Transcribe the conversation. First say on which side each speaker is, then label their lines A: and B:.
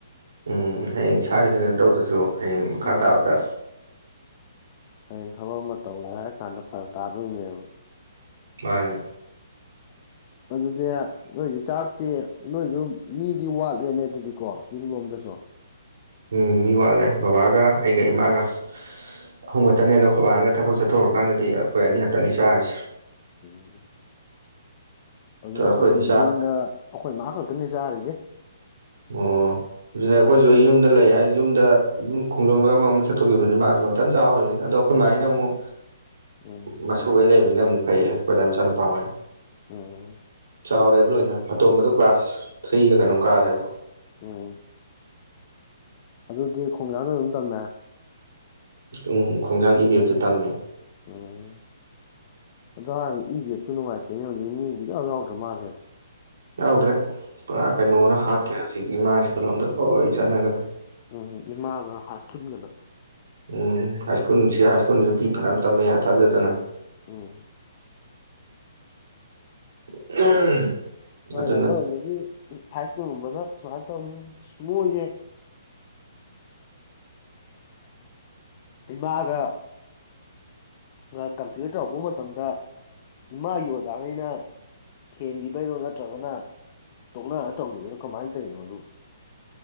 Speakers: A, on the right (about 75°); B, on the left (about 30°).
A: ꯎꯝ ꯍꯌꯦꯡ ꯏꯁꯥꯒꯤꯗ ꯀꯩꯅꯣ ꯇꯧꯗ꯭ꯔꯁꯨ ꯍꯌꯦꯡ ꯃꯈꯥ
B: ꯅꯍꯥꯟ
A: ꯇꯥꯕꯗ
B: ꯍꯌꯦꯡ ꯊꯕꯛ ꯑꯃ ꯇꯧꯒꯦ ꯍꯥꯏꯔ ꯀꯥꯟꯗ ꯐꯔꯛ ꯇꯥꯗꯣꯏꯅꯦꯕ
A: ꯃꯥꯅꯤ
B: ꯑꯗꯨꯗꯤ ꯅꯣꯏꯗꯤ ꯆꯥꯛꯇꯤ ꯅꯣꯏꯁꯨ ꯃꯤꯗꯤ ꯋꯥꯠꯂꯦꯅꯦ ꯑꯗꯨꯗꯤꯀꯣ ꯌꯨꯝ ꯂꯣꯝꯗꯁꯨ
A: ꯎꯝ ꯃꯤ ꯋꯥꯠꯂꯦ ꯕꯕꯥꯒ ꯑꯩꯒ ꯏꯃꯥꯒ <unintelligible> ꯈꯇꯅꯦꯅ ꯈꯣꯏꯕꯥꯅꯒ ꯊꯕꯛ ꯆꯠꯊꯣꯔ ꯀꯥꯟꯗꯗꯤ ꯑꯩꯈꯣꯏ ꯑꯅꯤ ꯈꯛꯇꯅꯤ ꯆꯥꯔꯤꯁꯤ
B: ꯎꯝ ꯑꯗꯨꯅꯦ
A: ꯑꯩꯈꯣꯏ
B: ꯑꯈꯣꯏꯁꯨ
A: ꯅꯤꯁꯥ
B: ꯍꯧꯖꯤꯛ ꯌꯨꯝꯗ ꯑꯈꯣꯏ ꯃꯥ ꯈꯛꯇꯅꯤ ꯆꯥꯔꯤꯁꯦ
A: ꯑꯣ ꯑꯗꯨ <unintelligible> ꯑꯩꯈꯣꯏꯁꯨ ꯑꯩ ꯌꯨꯝꯗ ꯂꯩ ꯍꯥꯏ ꯌꯨꯝꯗ ꯑꯗꯨꯝ ꯈꯣꯡꯖꯣꯝꯗꯒ ꯑꯃ ꯑꯃ ꯆꯠꯊꯣꯛꯈꯤꯕꯁꯤ ꯃꯥꯁꯨ ꯃꯊꯟ ꯆꯥꯎꯍꯧꯔꯤꯅꯤ ꯑꯗꯣ ꯑꯈꯣꯏꯃꯥꯏꯅ
B: ꯎꯝ
A: ꯑꯃꯨꯛ
B: ꯎꯝ
A: ꯃꯁꯨꯨꯈꯩ ꯂꯩꯕꯅꯤꯅ ꯑꯃꯨꯛ ꯐꯩꯌꯦ ꯑꯈꯣꯢ ꯗꯥꯢ ꯃꯆꯥ ꯅ ꯄꯥꯎ ꯋꯦ
B: ꯎꯝ
A: ꯆꯥꯎꯔꯦꯕ ꯂꯣꯏꯅ ꯑꯇꯣꯝꯕꯗꯣ ꯀ꯭ꯂꯥꯁ ꯊ꯭ꯔꯤꯔ ꯀꯩꯅꯣꯝ ꯀꯥꯔꯦꯕ
B: ꯎꯝ ꯑꯗꯨꯗꯤ ꯈꯣꯡꯖꯥꯗ ꯑꯗꯨꯝ ꯇꯝꯃꯦ
A: ꯎꯝ ꯈꯣꯡꯖꯥꯡ ꯏꯕꯤ ꯑꯦꯞꯇ ꯇꯝꯃꯦ
B: ꯎꯝ ꯑꯗꯨ ꯍꯥꯏꯔꯒ ꯏ ꯕꯤ ꯑꯦꯐ ꯇꯣ ꯅꯨꯡꯉꯥꯏꯇꯦꯅꯦ ꯍꯧꯖꯤꯛ ꯃꯤꯕꯨ ꯏꯌꯥꯎ ꯌꯥꯎꯗ꯭ꯔ ꯃꯥꯜꯂꯦꯗ
A: ꯌꯥꯎꯗꯔꯦ ꯄꯨꯔꯥ
B: ꯎꯝ
A: ꯀꯩꯅꯣꯅ ꯍꯥꯠꯈ꯭ꯔꯦ ꯍꯧꯖꯤꯛ ꯏꯃꯥ ꯁ꯭ꯀꯨꯜ ꯂꯣꯝꯗ ꯂꯣꯏ ꯆꯠꯅꯒ꯭ꯔꯦ
B: ꯎꯝ ꯏꯃꯥꯒ ꯍꯥꯏ ꯁ꯭ꯀꯨꯜꯒꯅ
A: ꯎꯝ ꯍꯥꯏ ꯁ꯭ꯀꯨꯜ ꯁꯤ ꯍꯥꯏ ꯁ꯭ꯀꯨꯜꯖꯨ ꯄꯤ ꯐꯅꯌꯥꯝ ꯇꯝꯃꯦ ꯊꯥꯖꯗꯅ
B: ꯎꯝ
A: <unintelligible>
B: ꯁ꯭ꯋꯥꯏꯗ
A: ꯑꯗꯨꯅ
B: ꯑꯃꯔꯣꯝꯗꯗꯤ ꯍꯥꯏ ꯁ꯭ꯀꯨꯜꯒꯨꯝꯕꯗ ꯁꯨꯃꯥꯏ ꯇꯧꯅꯤ ꯃꯣꯏꯖꯦ ꯏꯃꯥꯒ ꯂ ꯀꯝꯄ꯭ꯌꯨꯠ ꯇꯧꯔꯛꯄ ꯃꯇꯝꯗ ꯏꯃꯥꯒꯤ ꯑꯣꯖꯥꯒꯩꯅ ꯍꯦꯟꯒꯤꯕꯩꯔꯣ ꯅꯠꯇ꯭ꯔꯒꯅ ꯇꯣꯛꯅꯔ ꯇꯧꯒꯤꯕ꯭ꯔꯣ ꯀꯃꯥꯏꯟ ꯇꯧꯏꯅꯣ ꯑꯗꯨꯕꯣ